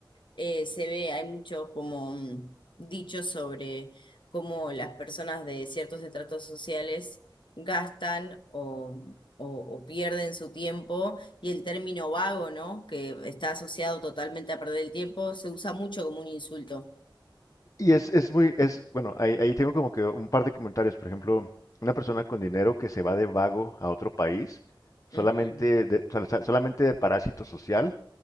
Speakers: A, on the left (about 70°); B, on the left (about 40°).
A: eh, se ve, hay mucho como mm, dicho sobre cómo las personas de ciertos estratos sociales gastan o, o- o pierden su tiempo y el término vago, ¿no? Que está asociado totalmente a perder el tiempo, se usa mucho como un insulto.
B: Y es, es muy, es, bueno, ahí, ahí tengo como que un par de comentarios. Por ejemplo, una persona con dinero que se va de vago a otro país, solamente
A: Mm,
B: de, sol- sol- solamente de parásito social,